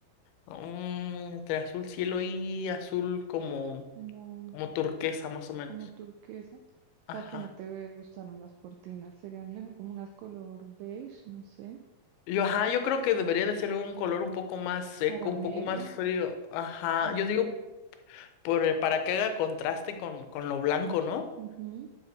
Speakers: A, on the left; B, on the right.
A: mm, entre azul cielo y azul como,
B: Como.
A: como turquesa más o menos.
B: como turquesa. O
A: Ajá.
B: sea, que no te gustaron las cortinas. Serían mejor como unas color beige, no sé,
A: Yo, ajá, yo creo que debería de ser un color un poco más seco,
B: caramelo,
A: un poco más frío. Ajá,
B: más.
A: yo digo por, el- para que haga contraste con, con lo blanco, ¿no?
B: ujú,